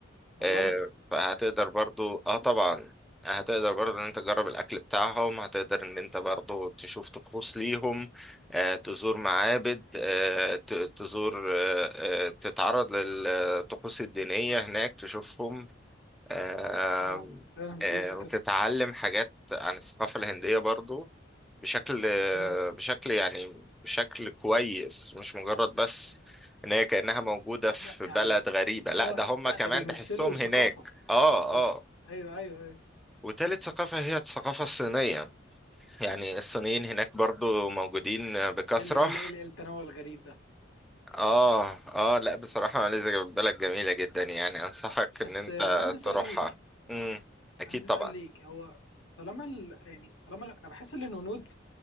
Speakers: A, on the left (about 75°); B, in the centre.
A: والله
B: آه، فهتقدر برضو اه طبعا هتقدر برضو ان انت تجرب الاكل بتاعهم هتقدر ان انت برضو تشوف طقوس ليهم آه، تزور معابد آه، ت- تزور آه، آه، تتعرض للطقوس الدينية هناك تشوفهم آم،
A: اه لا هندوس
B: آه،
A: وكده
B: وتتعلم حاجات عن الثقافة الهندية برضو بشكل
A: مم.
B: بشكل يعني بشكل كويس مش مجرد بس ان هي كأنها موجودة في
A: لا يعني
B: بلد غريبة لا
A: اه
B: ده هم
A: لا
B: كمان
A: ده بيمثلوا
B: تحسهم
A: ثقافه
B: هناك اه
A: موجوده
B: اه
A: ايوه ايوه ايوه
B: وتالت ثقافة هي الثقافة الصينية يعني الصينيين هناك برضو موجودين بكثرة
A: ايه ال- ايه ال- إيه التنوع الغريب ده
B: اه اه لا بصراحة ماليزيا بلد جميلة جدا يعني انصحك ان
A: بس
B: انت
A: آه، انا عندي سؤال
B: تروحها
A: ليك
B: امم اكيد
A: عندي
B: طبعا
A: سؤال ليك هو طالما ال... يعني طالما ال- انا بحس ان الهنود